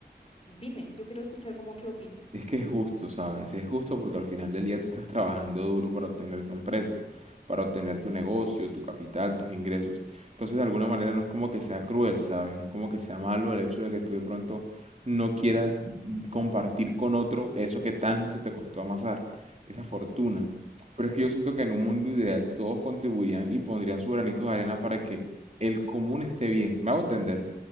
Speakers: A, on the left; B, on the right.
A: Dime, yo quiero escuchar como qué opinas.
B: Es que es justo, ¿sabes? Es justo porque al final del día tú estás trabajando duro para obtener tu empresa, para obtener tu negocio, tu capital, tus ingresos. Entonces, de alguna manera no es como que sea cruel, ¿sabes? No es como que sea malo el hecho de que tú de pronto no quieras mm, compartir con otro eso que tanto te costó amasar, esa fortuna. Pero es que yo siento que en un mundo ideal todos contribuirían y pondrían su granito de arena para que el común esté bien. ¿Me hago entender?